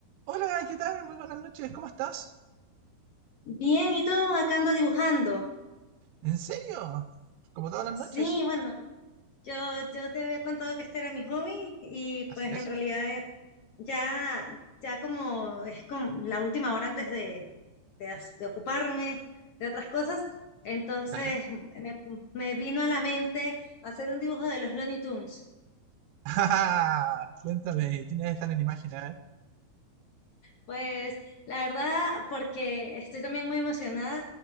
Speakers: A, on the right; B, on the left.
A: Hola, ¿qué tal? Muy buenas noches, ¿cómo estás?
B: Bien, ¿y tú acá ando dibujando?
A: ¿En serio? ¿Como todas las
B: Sí,
A: noches?
B: bueno, yo, yo te había contado que este era mi hobby y
A: Así
B: pues
A: es,
B: en realidad eh, ya, ya como es como la última hora antes de, de, as- de ocuparme de otras cosas, entonces
A: claro.
B: me, me vino a la mente hacer un dibujo de los Looney Tunes.
A: <laughs> Ah, Cuéntame, ¿quiénes están en imagen? A ver.
B: Pues la verdad, porque estoy también muy emocionada,